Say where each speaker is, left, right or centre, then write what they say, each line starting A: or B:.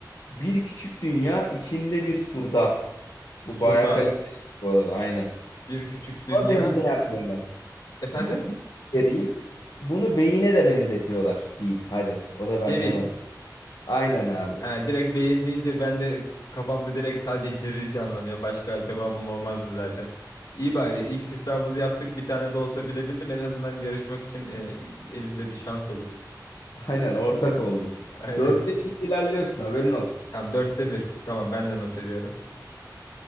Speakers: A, on the left (about 80°); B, on the left (about 65°).
A: Bir küçük dünya içinde bir surda. Bu
B: Surda
A: bayağı kaliteli bu arada. Aynen.
B: bir küçük
A: Sura
B: dünya.
A: benzeyen böyle.
B: Efendim?
A: Bir iç vereyim. Bunu beyine de benzetiyorlar diyeyim. Hadi. O da benden
B: Ceviz.
A: olsun. Aynen abi.
B: Ha, direkt beyin deyince ben de kafamda direkt sadece ceviz canlanıyor. Başka cevabım olmazdı zaten. İyi bari ilk siftahımızı yaptık. Bir tane de olsa bilebildim. En azından yarışmak için e, elimde bir şans olur.
A: Aynen ortak oldun.
B: <laughs> Aynen.
A: Dörtte bir ilerliyorsun haberin olsun.
B: Tamam dörtte bir. Tamam ben de not ediyorum.